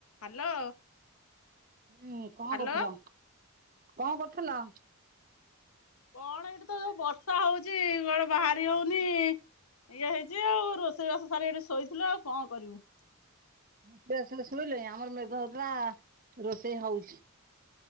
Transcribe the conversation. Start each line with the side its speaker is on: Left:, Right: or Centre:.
Left: ହାଲୋ।
Right: ହୁଁ କଣ
Left: ହାଲୋ
Right: କରୁଥେଲ କଣ କରୁଥେଲ?
Left: କଣ ଏଇଠି ତ ଯୋଉ ବର୍ଷା ହଉଚି କୁଆଡେ ବାହାରି ହଉନି। ଇଏ ହେଇଚି ଆଉ, ରୋଷେଇବାସ ସାରି ଏଠି ଶୋଇଥିଲୁ ଆଉ କଣ କରିବୁ।
Right: <unintelligible> ସାରି ଶୋଇଲଇଁ ଆମର ମେଘ ହଉଥେଲା ରୋଷେଇ ହଉଛି।